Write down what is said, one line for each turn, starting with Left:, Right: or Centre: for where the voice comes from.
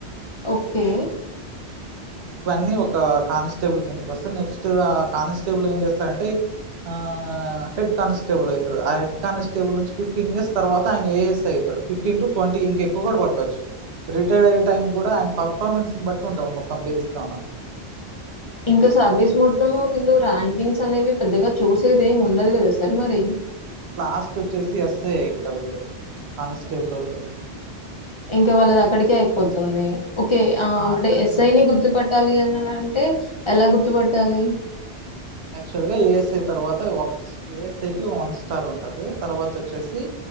Left: ఓకే
Right: ఇవన్నీ ఒక కానిస్టేబుల్ కిందక వస్తాయి నెక్స్ట్ ఆ కానిస్టేబుల్ ఏం చేస్తారంటే ఆ హెడ్ కానిస్టేబుల్ అయితాడు. ఆ హెడ్ కానిస్టేబుల్ నుంచి ఫిఫ్టీన్ ఇయర్స్ తర్వాత ఆయన ఏ ఎస్ ఐ అవుతాడు. ఫిఫ్టీన్ టు ట్వంటీ ఇంకెక్కువ కూడా పట్టొచ్చు. రిటైర్ అయ్యే టైం కూడా ఆయన పర్ఫార్మెన్స్ బట్టి ఉంటద మొత్తం బేస్ స్థాన
Left: ఇంకా సర్వీస్ మొత్తము వీళ్ళు ర్యాంకింగ్స్ అనేవి పెద్దగా చూసేది అదేం ఉండదు కదా సార్ మరి
Right: లాస్ట్ వచ్చేసి ఎస్ఐ ఇంకా వీళ్ళు కానిస్టేబుల్ లోళ్ళు
Left: ఇంకా వాళ్ళది అక్కడికే అయిపోతుంది ఓకే ఆ అప్పుడే
Right: అక్కడికి
Left: ఎస్ఐని
Right: ఎండ్ అయిపోతుంది
Left: గుర్తుపట్టాలి అని అన్ టే ఎలా గుర్తుపట్టాలి
Right: యాక్చువల్ గా ఏ ఎస్ ఐ తర్వాత ఒకటి ఏ ఎస్ ఐ కి వన్ స్టార్ ఉంటది తర్వాత వచ్చేసి